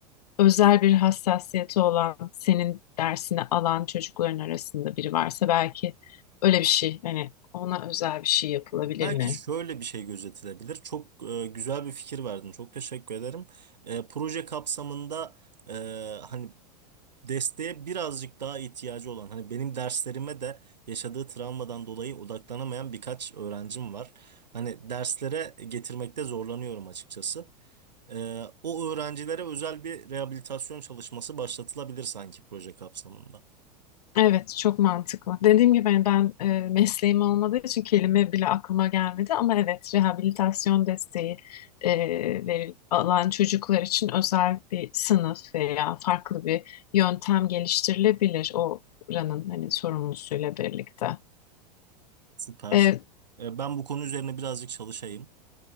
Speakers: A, on the left; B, on the right.
A: özel bir hassasiyeti olan senin dersini alan çocukların arasında biri varsa belki öyle bir şey hani ona özel bir şey yapılabilir
B: Belki
A: mi?
B: şöyle bir şey gözetilebilir. Çok e, güzel bir fikir verdin. Çok teşekkür ederim. E, proje kapsamında e, hani desteğe birazcık daha ihtiyacı olan hani benim derslerime de yaşadığı travmadan dolayı odaklanamayan birkaç öğrencim var. Hani derslere getirmekte zorlanıyorum açıkçası. Ee, o öğrencilere özel bir rehabilitasyon çalışması başlatılabilir sanki proje kapsamında.
A: Evet, çok mantıklı. Dediğim gibi hani ben e, mesleğim olmadığı için kelime bile aklıma gelmedi ama evet rehabilitasyon desteği e, veri- alan çocuklar için özel bir sınıf veya farklı bir yöntem geliştirilebilir oranın hani sorumlusuyla birlikte.
B: Süper.
A: E,
B: Ee, ben bu konu üzerine birazcık çalışayım.